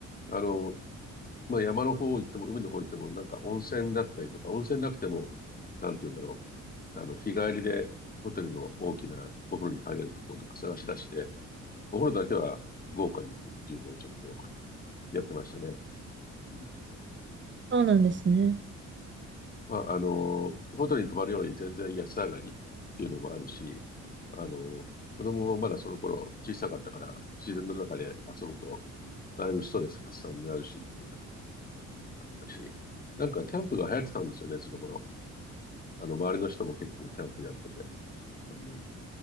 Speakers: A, on the left; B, on the right.
A: あの、まあ、山の方行っても、海の方行っても、なんか温泉だったりとか、温泉なくても、なんて言うんだろう。あの、日帰りでホテルの大きなお風呂に入れるところとか探し出して、お風呂だけは豪華に行くっていうのをちょっとやってましたね。うん、
B: そうなんですね。
A: まあ、あの、ホテルに泊まるより全然安上がりっていうのもあるし、あの、子供もまだその頃小さかったから、自然の中で遊ぶと、だいぶストレス発散になるしっていうのがあったし、なんかキャンプが流行ってたんですよね、その頃。あの、周りの人も結構キャンプやってて、あの、